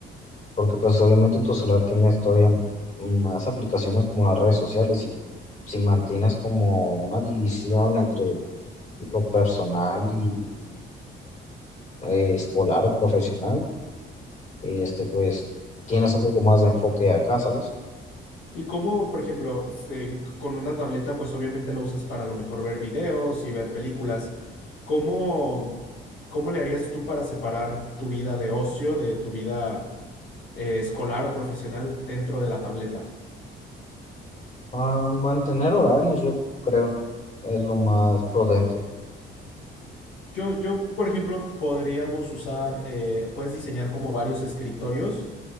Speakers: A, on the left (about 40°); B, on the left (about 85°).
A: porque pues obviamente en tu celular tienes todavía más aplicaciones como las redes sociales y si mantienes como una división entre lo personal y eh, escolar o profesional, este, pues tienes un poco más de enfoque acá, ¿sabes?
B: Y cómo, por ejemplo, se- con una tableta, pues obviamente la usas para a lo mejor ver videos y ver películas. ¿Cómo, cómo le harías tú para separar tu vida de ocio de tu vida eh, escolar o profesional dentro de la tableta?
A: Ah, mantener horarios, yo creo, es lo más prudente.
B: Yo, yo, por ejemplo, podríamos usar, eh, puedes diseñar como varios escritorios